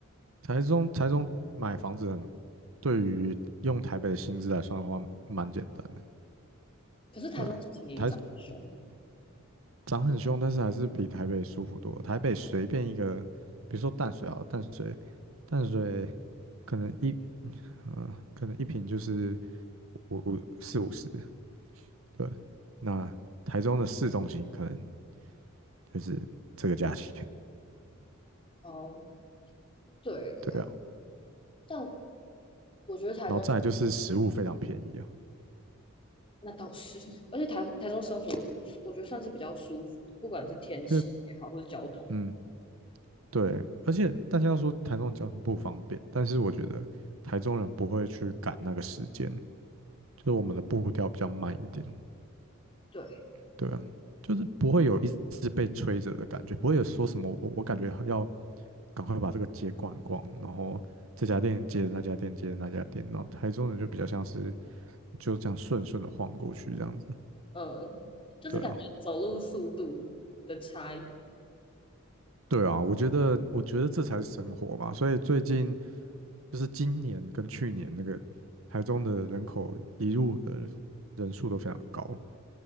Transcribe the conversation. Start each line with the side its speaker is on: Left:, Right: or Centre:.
Right: 台中台中买房子很，对于用台北的薪资来算的话，蛮简单的。
Left: 可是台中这几年也长得凶。
Right: 对，台涨很凶，但是还是比台北舒服多了。台北随便一个，比如说淡水啊，淡水，淡水可能一呃，可能一瓶就是五五四五十，对，那台中的市中心可能就是这个价钱，
Left: 哦，对啦，
Right: 对啊。
Left: 但我觉得台中
Right: 然后再来就是食物非常便宜啊，
Left: 那倒是，而且台台中生活我觉得算是比较舒服，不管是天气也好，
Right: 就是
Left: 或是交通，
Right: 嗯，对，而且大家都说台中交通不方便，但是我觉得台中人不会去赶那个时间，就是我们的步调比较慢一点，
Left: 对。
Right: 对啊，就是不会有一直被催着的感觉，不会有说什么我我感觉要赶快把这个街逛一逛，然后这家店接着那家店接着那家店，然后台中人就比较像是就这样顺顺的晃过去这样子。
Left: 嗯，就是感觉走路速度的差异。
Right: 对啊，对啊，我觉得，我觉得这才是生活嘛。所以最近就是今年跟去年那个台中的人口移入的人数都非常高。